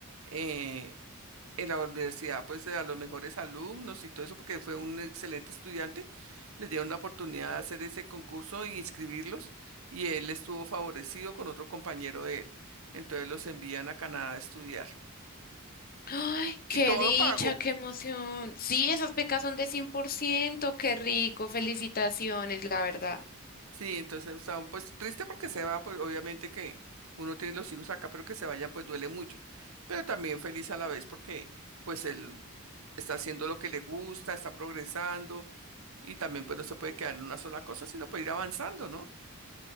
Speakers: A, on the right; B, on the left.
A: eh, en la universidad, pues a los mejores alumnos y todo eso, porque fue un excelente estudiante, les dieron la oportunidad de hacer ese concurso y inscribirlos, y él estuvo favorecido con otro compañero de él. Entonces los envían a Canadá a estudiar.
B: ¡Ay,
A: Y
B: qué
A: todo
B: dicha,
A: pago.
B: qué emoción! Sí, esas becas son de 100%, qué rico, felicitaciones, la verdad.
A: Sí, entonces está un- pues triste porque se va, pues obviamente que uno tiene los hijos acá, pero que se vayan, pues duele mucho. Pero también feliz a la vez porque pues él está haciendo lo que le gusta, está progresando y también pues no se puede quedar en una sola cosa, sino puede ir avanzando, ¿no?